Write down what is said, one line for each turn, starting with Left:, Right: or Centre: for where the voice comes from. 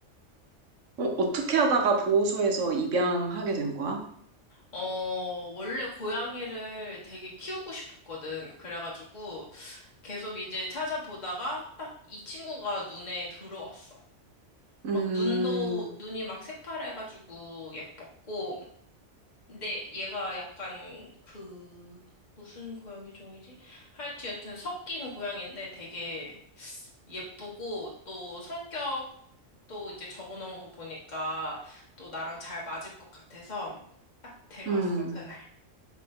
Right: 어, 어떻게 하다가 보호소에서 입양하게 된 거야?
Left: 어, 원래 고양이를 되게 키우고 싶었거든. 그래가지고 계속 이제 찾아보다가 딱 이 친구가 눈에 들어왔어.
Right: 음,
Left: 막 눈도, 눈이 막 새파래가지고 예뻤고, 근데 얘가 약간 그 무슨 고양이 종이지? 하여튼 여튼 섞인 고양인데 되게 예쁘고 또 성격도 이제 적어놓은 거 보니까 또 나랑 잘 맞을 것 같아서 딱 데려왔어
Right: 음,
Left: 그날.